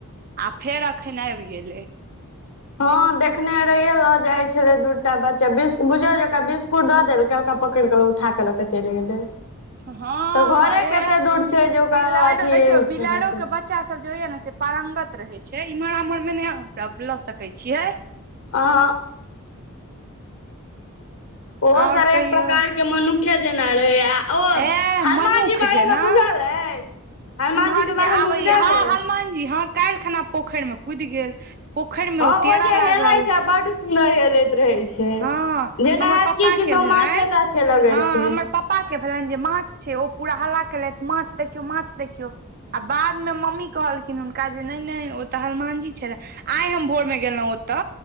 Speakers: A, on the right; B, on the left.
A: आ फेर अखैन आबि गेलै
B: हाॅं देखने रहिये लऽ जाइ छलै दू टा बच्चा बिस्क बुझियो जे ओकरा बिस्कुट दऽ देलकै ओकरा पकड़ि कऽ उठाक लकऽ चेल गेलै
A: हँ
B: तऽ घरे
A: ए
B: कते दूर छै जे ओकरा
A: बिलाड़ो
B: अथि
A: देखियौ
B: रहतै
A: बिलाड़ो के बच्चा सब जे होय ये से पारंगत रहे छै इमहर आमहर मे नेओकरा लऽ सके छियै
B: अहाँ ओहो
A: आओर
B: सब एक
A: कहियौ
B: प्रकार कऽ मनुखे जेना रहै आ ओ
A: एह
B: हनुमान
A: मनुख
B: जी बारे
A: जेना
B: मे बुझल अछि हनुमान
A: इम्हर
B: जी के
A: जे
B: बारे
A: आबे
B: मे
A: यऽ
B: बुझल
A: हाॅं
B: अइ
A: हनुमान जी हाॅं काल्हि खना पोखरि में कुद गेल पोखरि में
B: हँ
A: ओ तेरा
B: जे
A: लागल
B: हेलै छै बड सुन्दर हेलैत रहे छै
A: हँ
B: जेना
A: हमर
B: हाइत
A: पप्पा
B: कि
A: के भेलनि
B: माछे ताछे लगे
A: हँ
B: छै
A: हमर पप्पा कऽ भेलनि जे माछ छै ओ पूरा हल्ला केलथि माछ देखियौ माछ देखियौ आ बाद मे मम्मी कहलखिन हुनका जे नैहि नैहि ओ तऽ हनुमानजी छले आइ हम भोर मे गेलहुँ ओता